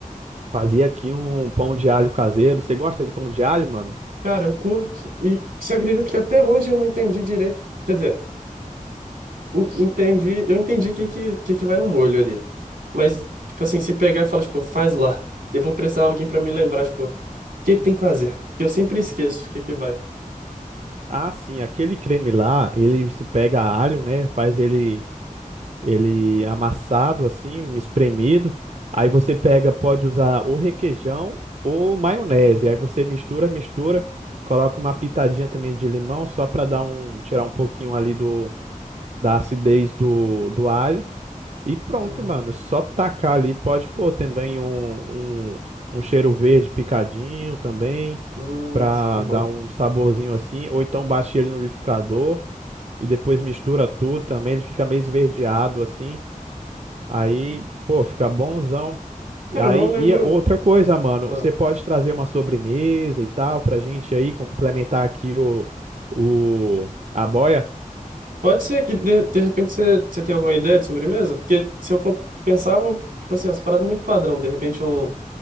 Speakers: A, on the right; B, on the right.
A: fazer aqui um pão de alho caseiro. Você gosta de pão de alho, mano?
B: Cara, eu curto. E você acredita que até hoje eu não entendi direito? Quer dizer. En- Entendi, eu entendi o que, que, que que vai no molho ali. Mas, tipo assim, se pegar e falar, tipo, faz lá. Eu vou precisar de alguém pra me lembrar, tipo, o que que tem que fazer? Porque eu sempre esqueço o que que vai.
A: Ah, sim, aquele creme lá, ele se pega alho, né? Faz ele, ele amassado, assim, espremido. Aí você pega, pode usar ou requeijão ou maionese. Aí você mistura, mistura, coloca uma pitadinha também de limão, só para dar um, tirar um pouquinho ali do da acidez do, do alho. E pronto,
B: Uhum.
A: mano. Só tacar ali. Pode pôr também um, um, um cheiro verde picadinho também,
B: Hum,
A: pra
B: tá bom.
A: dar um saborzinho assim. Ou então bate ele no liquidificador e depois mistura tudo também. Ele fica meio esverdeado assim. Aí, pô, fica bonzão. E
B: Cara,
A: aí,
B: eu não lembro.
A: e é outra coisa, mano,
B: Ah.
A: você pode trazer uma sobremesa e tal pra gente aí complementar aqui o, o, a boia.
B: Pode ser que, de, de repente, você, você tenha alguma ideia de sobremesa? Porque se eu for pensar, eu vou, tipo assim, umas paradas muito padrão. De repente, um,